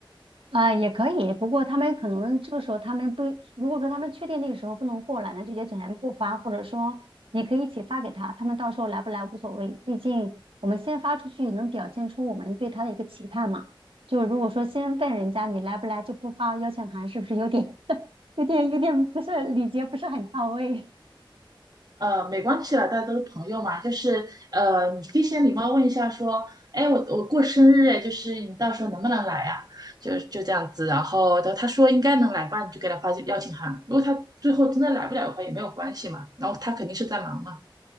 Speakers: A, on the right; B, on the right.
A: 啊、也可以，不过他们可能这个时候他们不，如果说他们确定那个时候不能过来，那就邀请函不发，或者说你可以一起发给他，他们到时候来不来无所谓，毕竟我们先发出去能表现出我们对他的一个期盼嘛。就如果说先问人家你来不来就不发邀请函，是不是有点？有点有点不是礼节不是很到位。
B: 呃，没关系啦，大家都是朋友嘛，就是呃，你可以先礼貌问一下，说，哎，我我过生日，哎，就是你到时候能不能来呀、就就这样子，然后他他说应该能来吧，你就给他发邀请函。如果他最后真的来不了的话，也没有关系嘛，然后他肯定是在忙嘛。